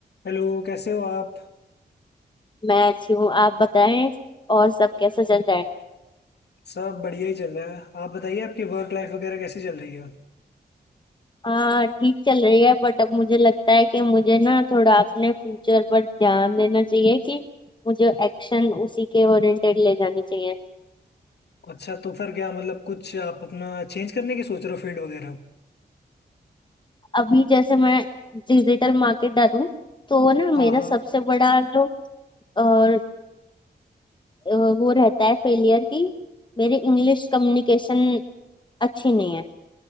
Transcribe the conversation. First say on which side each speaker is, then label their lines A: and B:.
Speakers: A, on the left; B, on the left.
A: Hello कैसे हो आप
B: मैं अच्छी हूँ आप बताएं और सब कैसा चल रहा है
A: सब बढ़िया ही चल रहा है आप बताइए आपकी वर्क लाइफ वगैरह कैसी चल रही है
B: हाँ ठीक चल रही है बट अब मुझे लगता है कि मुझे ना थोड़ा अपने फ्यूचर पर ध्यान देना चाहिए कि मुझे एक्शन उसी के ओरिएंटेड ले जाने चाहिए
A: अच्छा तो फिर क्या मतलब कुछ आप अपना चेंज करने की सोच रहे हो फील्ड वगैरह
B: अभी जैसे मैं डिजिटल मार्केटर हूँ तो ना मेरा
A: हाँ हाँ
B: सबसे बड़ा जो अ, अ, वो रहता है फेलियर की मेरी इंग्लिश कम्युनिकेशन अच्छी नहीं है